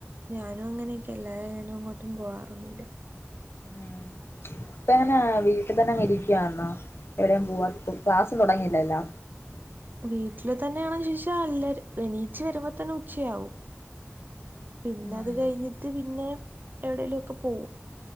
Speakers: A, on the right; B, on the left.
A: ഞാനും അങ്ങനെയൊക്കെ അല്ലാതെ ഞാനും എങ്ങോട്ടും പോവാറൊന്നുല്ല
B: ഉം ഇപ്പ എങ്ങനെ വീട്ടിൽ തന്നെ അങ്ങ് ഇരിക്കന്നോ? എവിടെേയും പോവാത്തു ക്ലാസ് തുടങ്ങിയില്ലല്ലോ
A: വീട്ടില് തന്നെയാണു ചോദിച്ച അല്ല എണീച്ച് വരുമ്പോ തന്നെ ഉച്ചയാകും പിന്നെ
B: ഉം
A: അത് കഴിഞ്ഞിട്ട് പിന്നെ എവിടേലും ഒക്കെ പോകും